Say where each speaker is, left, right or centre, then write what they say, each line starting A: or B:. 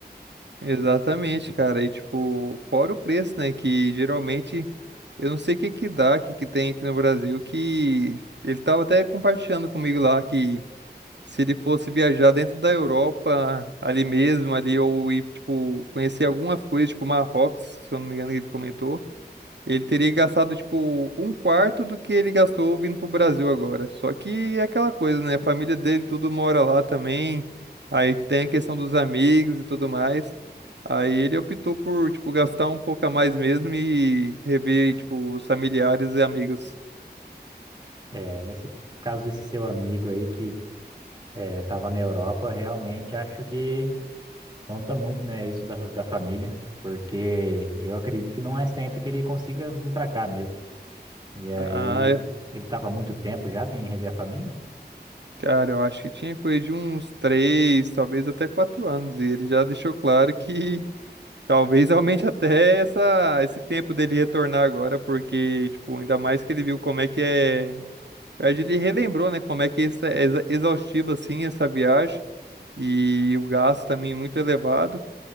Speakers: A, on the right; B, on the right.
A: Exatamente, cara. E, tipo, fora o preço, né? Que geralmente eu não sei o que que dá, o que que tem aqui no Brasil, que ele tava até compartilhando comigo lá que. se ele fosse viajar dentro da Europa, ali mesmo, ali, ou ir, tipo, conhecer algumas coisas, tipo Marrocos, se eu não me engano, que ele comentou, ele teria gastado, tipo, um quarto do que ele gastou vindo pro Brasil agora. Só que é aquela coisa, né? A família dele tudo mora lá também, aí tem a questão dos amigos e tudo mais. Aí ele optou por, tipo, gastar um pouco a mais mesmo e rever, tipo, os familiares e amigos.
B: É, nesse caso desse seu amigo aí que é, tava na Europa, realmente acho que Conta muito, né, isso da, da família, porque eu acredito que não é sempre que ele consiga vir pra cá mesmo. E aí,
A: Ah,
B: ele tava há muito tempo já sem rever a família?
A: Cara, eu acho que tinha coisa de uns três, talvez até quatro anos. E ele já deixou claro que <laughs> talvez aumente até essa, esse tempo dele retornar agora, porque, tipo, ainda mais que ele viu como é que é. Na verdade, ele relembrou, né? Como é que isso é exa- exaustivo, assim, essa viagem. E o gasto também é muito elevado.